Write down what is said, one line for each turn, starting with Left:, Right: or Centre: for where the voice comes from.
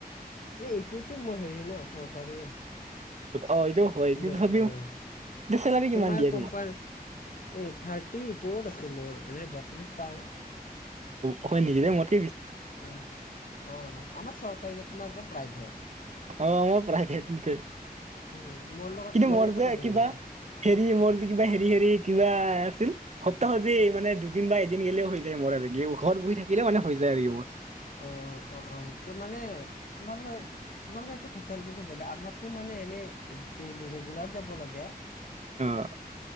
Left: এই এইটোতো মোৰ হেৰি ন চৰকাৰীয়ে
Right: অ এইটো হয় কিন্তু
Left: ম
Right: তথাপিও
Left: আহ
Right: এতিয়া চেলাৰী কিমান
Left: তোমাৰ
Right: দিয়ে
Left: কোম্পানী
Right: তোমাক
Left: এই থাৰ্টিৰ ওপৰত আছে মোৰ এনে বত্ৰিশ পাও
Right: অখ নিদিবে মত
Left: উ অ আমাৰ চৰকাৰী তোমালোকৰ প্ৰাইভেট
Right: অ মই প্ৰাইভে টেই
Left: উম, মোৰ লগত
Right: কিন্তু
Left: তোমালোকৰ
Right: মোজে
Left: ক'ত মিলিব
Right: কিবা
Left: অঁ
Right: হেৰি মোৰ যে কিবা হেৰি হেৰি কিবা আছিল সপ্তাহজি মানে দুদিন বা এদিন গেলেও হৈ যায় মোৰক ঘৰত বহি থাকিলে মানে হৈ যায় াৰিব
Left: অ অ অ সেইটোে মানে তোমালোকয় তোমালোকৰ এতিয়া ফেচেলিটিটো বেলেগ আমাৰতো মানে এনেই ডেইলি ৰেগুলাৰ যাব লাগে
Right: অ